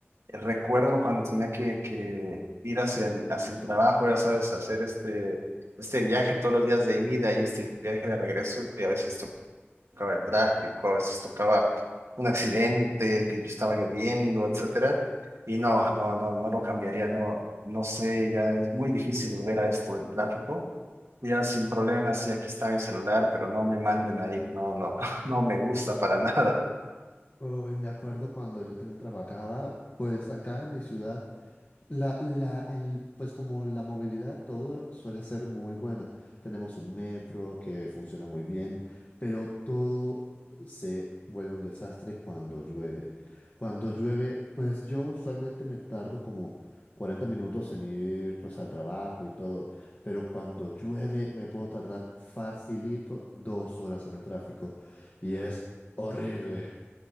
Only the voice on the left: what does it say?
Uy, me acuerdo cuando yo también trabajaba, pues acá en mi ciudad, la, la, el, pues como la movilidad, todo suele ser muy buena. Tenemos un metro que funciona muy bien, pero todo se vuelve un desastre cuando llueve. Cuando llueve, pues yo usualmente me tardo como 40 minutos en ir pues al trabajo y todo, pero cuando llueve me puedo tardar facilito dos horas en el tráfico y es horrible.